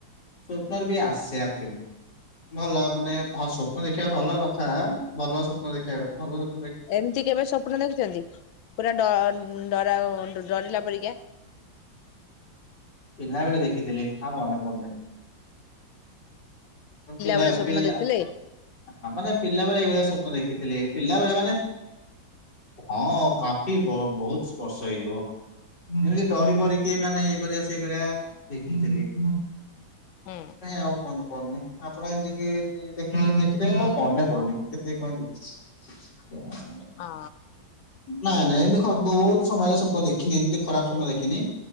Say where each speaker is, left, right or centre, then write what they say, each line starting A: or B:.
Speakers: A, on the left; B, on the left.
A: ସ୍ୱପ୍ନର ବି ଆସେ ଆକ୍ଟୁଆଲି। ଭଲ ମାନେ ହଁ ସ୍ୱ ସ୍ୱପ୍ନ ଦେଖିବା ଭଲ କଥା। ଭଲ ସ୍ୱପ୍ନ ଦେଖିବା ଭଲ ସ୍ୱ
B: ଏମିତି କେବେ ସ୍ୱପ୍ନ ଦେଖିଛନ୍ତି ପୁରା ଡ ଡରା ଡରିଲା ପରିକା?
A: ପିଲାବେଳେ ଦେଖିଥିଲି ଆଉ ମନେ ପଡୁନି। ପିଲା
B: ବେଳେ ସ୍ୱପ୍ନ
A: ପିଲା
B: ଦେଖିଥିଲେ?
A: ହଁ ମାନେ ପିଲା ବେଳେ ଏଇଭଳିଆ ସ୍ୱପ୍ନ ଦେଖିଥିଲି ପିଲାବେଳେ ମାନେ ହଁ କାଫି ବହୁତ ବର୍ଷ ହେଇଯିବ। ଯେମିତି ଡ଼ରି
B: ହୁଁ
A: ମରିକି ମାନେ ଇଏ କରିବା ସିଏ କରିବା ଦେଖିଥିଲି।
B: ହୁଁ।
A: କାଇଁ ଆଉ ମନେ ପଡୁନି, ଆପଣ ଏମିତି କି <unintelligible> ଆଉ ପଡୁନି। କେତିକି କଣ ଦେଖିଚି। ଆଉ
B: ହଁ
A: ନାଇଁ ନାଇଁ, ଏମିତି ବହୁତ ସମୟରେ ସ୍ୱପ୍ନ ଦେଖିନି, ଏମିତି ଖରାପ ସ୍ୱପ୍ନ ଦେଖିନି।